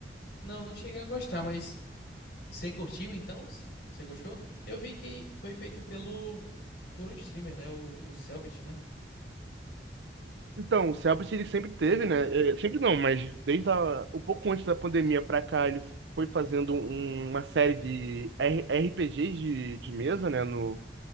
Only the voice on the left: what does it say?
Não, não cheguei a gostar, mas Você curtiu então? C- Você gostou? Eu vi que foi feito pelo por um streamer, né? O, o Cellbit, né?